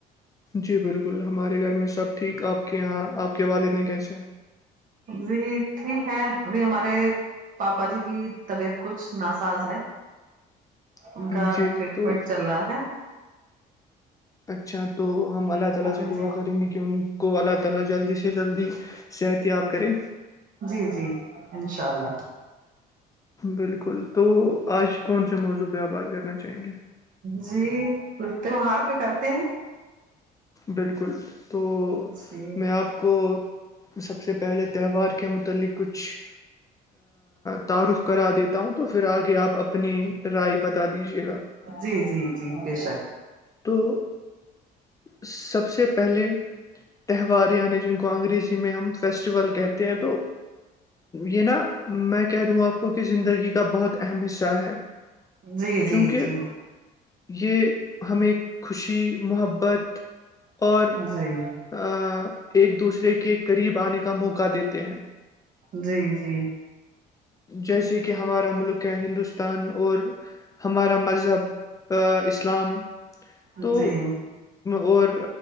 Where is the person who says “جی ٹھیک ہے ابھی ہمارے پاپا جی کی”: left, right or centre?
Right